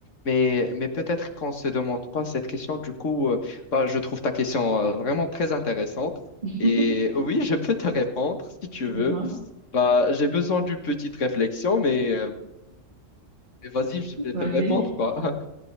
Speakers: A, on the left; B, on the right.
A: Mais, mais peut-être qu'on ne se demande pas cette question. Du coup, euh, bah, je trouve ta question euh, vraiment très intéressante.
B: <laughs>
A: Et oui, je peux te répondre si tu
B: dis-moi
A: veux. Bah, j'ai besoin d'une petite réflexion, mais, euh, mais vas-y, je vais
B: vas-y
A: te répondre, quoi. <laughs>